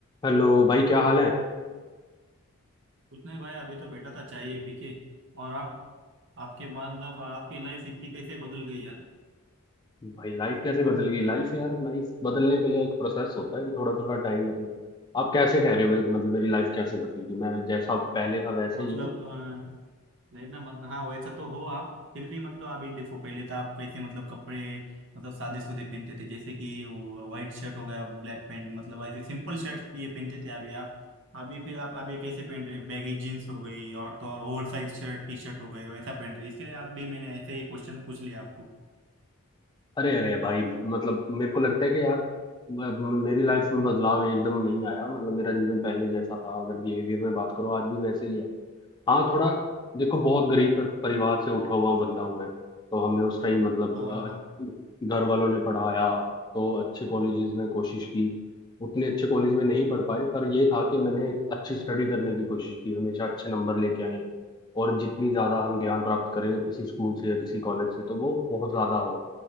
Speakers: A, on the left; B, on the right.
A: Hello भाई क्या हाल है
B: कुछ नहीं भाई अभी तो बैठा था चाहिए पी के और आप आपके मतलब आपकी लाइफ इतनी कैसे बदल गई यार
A: भाई लाइफ कैसे बदल गई लाइफ यार लाइफ बदलने के लिए एक प्रोसेस होता है कि थोड़ा थोड़ा टाइम मतलब आप कैसे कह रहे हो मेरी मतलब मेरी लाइफ कैसे बदल गई मैं जैसा पहले था वैसे
B: मतलब
A: ही हूँ
B: अ, नहीं ना मतलब हाँ वैसा तो हो आप फिर भी मतलब अभी देखो पहले तो आप कैसे मतलब कपड़े मतलब सादे सूदे पहनते थे जैसे कि वो व्हाइट शर्ट हो गया ब्लैक पैंट मतलब ऐसे सिंपल शर्ट ये पहनते थे अभी आप अभी फिर आप अभी कैसे पहन रहे बैगी जीन्स हो गई और तो और over size shirt T shirt हो गए वैसा पहन रहे इसके लिए आप भी मैंने ऐसे ही क्वेश्चन पूछ लिया आपको
A: अरे अरे भाई मतलब मेरे को लगता है कि यार म- म- मेरी लाइफ में बदलाव एकदम नहीं आया मतलब मेरा जीवन पहले जैसा था अगर बिहेवियर में बात करो आज भी वैसे ही है हाँ थोड़ा देखो बहुत गरीब प- परिवार से उठा हुआ बंदा हूँ मैं तो हमने उस टाइम मतलब
B: हाँ
A: अ,
B: हाँ हाँ
A: घर वालों ने पढ़ाया तो अच्छे कॉलेजेस में कोशिश की उतने अच्छे कॉलेज में नहीं पढ़ पाए पर ये था कि मैंने एक अच्छी स्टडी करने की कोशिश की हमेशा अच्छे नंबर लेके आए और जितनी ज़्यादा हम ज्ञान प्राप्त करें किसी स्कूल से या किसी कॉलेज से तो वो बहुत ज़्यादा हो